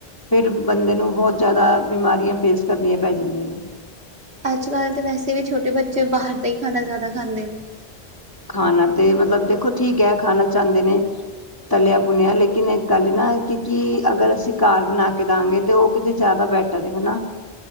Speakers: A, on the left; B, on the right.
A: ਫਿਰ ਬੰਦੇ ਨੂੰ ਬੋਤ ਜੈਦਾ ਬਿਮਾਰੀਆਂ ਫੇਸ ਕਰਨੀਆਂ ਪੈ ਜਾਂਦੀਆਂ ਨੇ।
B: ਅੱਜ ਕੱਲ੍ਹ ਤੇ ਵੈਸੇ ਵੀ ਛੋਟੇ ਬੱਚੇ ਬਾਹਰ ਦਾ ਹੀ ਖਾਣਾ ਜੈਦਾ ਖਾਂਦੇ ਨੇ।
A: ਖਾਨਾ ਤੇ ਮਤਲਬ ਦੇਖੋ ਠੀਕ ਹੈ ਖਾਨਾ ਚਾਂਹਦੇ ਨੇ ਤਲਿਆ ਭੁਨਿਆ ਲੇਕਿਨ ਇਕ ਗੱਲ ਏ ਨਾ ਕਿ ਕਿ ਅਗਰ ਅਸੀਂ ਘਾਰ ਬਨਾ ਕੇ ਦਾਂਗੇ ਤੇ ਉਹ ਕਿਤੇ ਜੈਦਾ ਬੈਟ ਟਰ ਏ ਹਨਾ। <unintelligible>